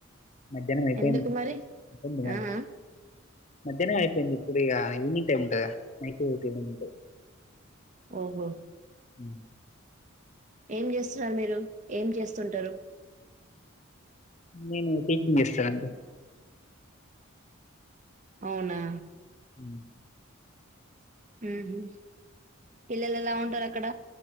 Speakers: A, on the left; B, on the right.
A: మధ్యాహ్నం అయిపోయింది
B: ఎందుకు మరి
A: అ తినలే
B: ఆ ఆ
A: మధ్యానం అయిపోయింది ఇప్పుడు ఇక ఈవెనింగ్ టైమ్ ఉంట అదికదా నైటు సేవేను ఉంట
B: ఓహో
A: మ్
B: ఏం చేస్తు ఉన్నారు మీరు ఏం చేస్తు ఉంటారు
A: నేను టీచింగ్ చేస్తా అండి
B: అవునా
A: ఉ
B: ఉహు పిల్లలు ఎలా ఉంటారు అక్కడ